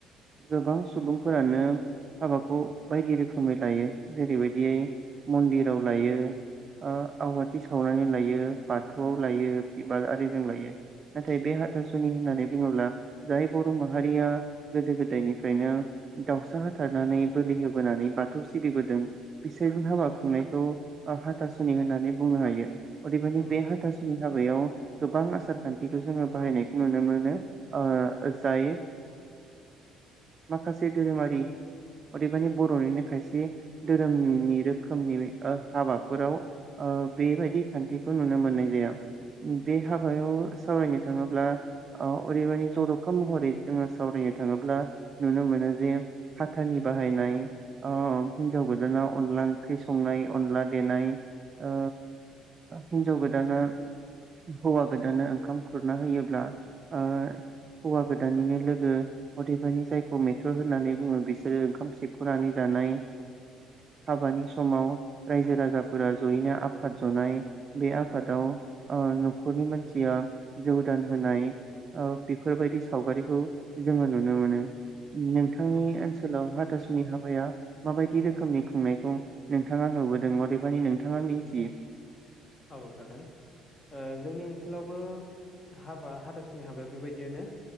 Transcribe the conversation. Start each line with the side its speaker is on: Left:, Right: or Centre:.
Right: गोबां सुबुंफोरानो हाबाखौ बायदि रोखोमै लायो जेरैबायदियै मन्दिराव लायो ओ आवाथि सावनानै लायो बाथो थौआव लायो बिबारिजों लायो नाथाय बे हाथासुनि होननानै बुङोब्ला जाय बर' माहारिया गोदो गोदायनिफ्रायनो दाउसा हाथारनानै बोलि होबोनानै बाथौ सिबिबोदों बिसोर हाबा खुंनायखौ हाथासुनि होननानै बुंनो हायो अदेबानि
Left: औ
Right: बे हा हाथासुनि हाबायाव गोबां आसार खान्थिखौ जोङो बाहायनायखौ नुनो मोनो ओ जाय माखासे धोरोमारि अदेबानि बर'निनो खायसे धोरोमनि रोखोमनि हाबाफोराव ओ बेबायदि खान्थिखौ नुनो मोननाय याव बे हाबायाव सावरायनो थाङोब्ला ओरैबदि जरखा महरै जोङो सावरायनो थाङोब्ला नुनो मोनो जे हाथानि बाहायनाय अ हिन्जाव ओ गोदाना अनला ओंख्रि संनाय अनला देनाय ओ हिनजाव गोद गोदाना हौवा गोदाननो ओंखाम खुरना होयोब्ला ओ हौवा गोदाननिनो लोगो अदेबानि जायखौ मेथर होननानै बुङो। बिसोरो ओंखाम सेखनानै जानाय हाबानि समाव रायजो राजाफोरा जयैनो आफाद जनाय बे आफादाव ओ नख'रनि मानसिया जौदान होनाय ओ बेफोरबायदि सावगारिखौ जोङो नुनो मोनो। नोंथांनि
Left: औ
Right: ओनसोलाव हाथासुनि हाबाया माबायदि रोखोमनि खुंनायखौ नोंथाङा नुबोदों अदेबानि नोंथाङा मिनथियो?
Left: औ जागोन ओ जोंनि ओनसोलावबो हाबा हाथासुनि हाबाया बेबायदियानो।